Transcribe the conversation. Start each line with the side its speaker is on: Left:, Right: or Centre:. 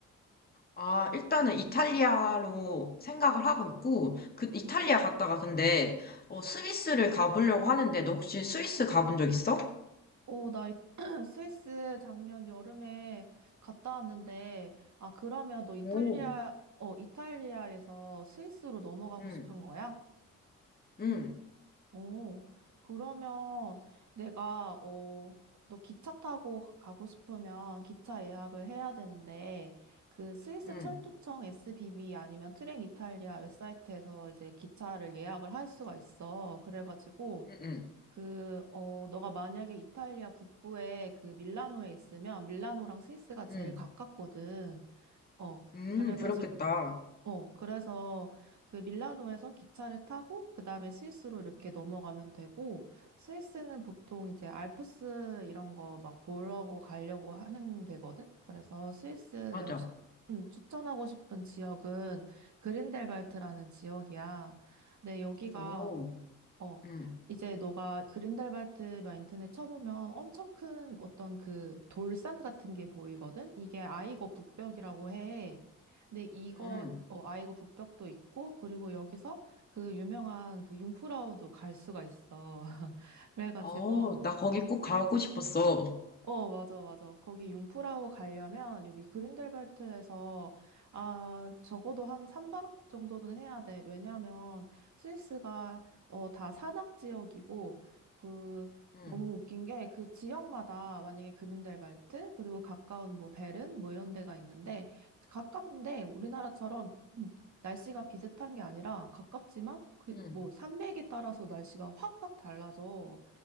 Left: 아, 일단은 이탈리아로 생각을 하고 있고, 그 이탈리아 갔다가 근데, 어, 스위스를 가보려고 하는데, 너 혹시 스위스 가본 적 있어?
Right: 어, 나 이- <clears throat> 스위스 작년 여름에 갔다 왔는데, 아, 그러면 너 이탈리아,
Left: 오.
Right: 어, 이탈리아에서 스위스로 넘어가고
Left: 음
Right: 싶은 거야?
Left: 응,
Right: 어, 그러면 내가, 어, 너 기차 타고 가고 싶으면 기차 예약을 해야 되는데, 그 스위스
Left: 응,
Right: 철도청 SBB 아니면 트렌 이탈리아 웹사이트에서 이제 기차를 예약을 할 수가 있어. 그래가지고,
Left: 응, 응,
Right: 그, 어, 너가 만약에 이탈리아 북부에 그 밀라노에 있으면 밀라노랑 스위스가 제일
Left: 응.
Right: 가깝거든. 어,
Left: 음,
Right: 그래가지고,
Left: 그렇겠다.
Right: 어, 그래서 그 밀라노에서 기차를 타고 그 다음에 스위스로 이렇게 넘어가면 되고 스위스는 보통 이제 알프스 이런 거 막 보려고 가려고 하는 데거든. 그래서 스위스
Left: 맞아.
Right: 내가 추, 음, 추천하고 싶은 지역은 그린델발트라는 지역이야. 네, 여기가
Left: 오,
Right: 어,
Left: 응,
Right: 이제 너가 그린달발트 마인턴에 쳐보면 엄청 큰 어떤 그 돌산 같은 게 보이거든? 이게 아이거 북벽이라고 해. 근데 이거,
Left: 응.
Right: 어, 아이거 북벽도 있고, 그리고 여기서 그 유명한 그 융프라우도 갈 수가 있어. <laughs> 그래가지고,
Left: 어, 나 거기 꼭 가고 싶었어.
Right: 어, 맞아, 맞아. 거기 융프라우 가려면 여기 그린델발트에서, 아, 적어도 한 3박 정도는 해야 돼. 왜냐면 스위스가, 어, 다 산악 지역이고, 그,
Left: 응,
Right: 너무 웃긴 게 그 지역마다 만약에 그린델발트, 그리고 가까운 뭐 베른, 뭐 이런 데가 있는데, 가깝는데 우리나라처럼 <clears throat> 음, 날씨가 비슷한 게 아니라 가깝지만, 그,
Left: 응.
Right: 뭐 산맥에 따라서 날씨가 확확 달라져.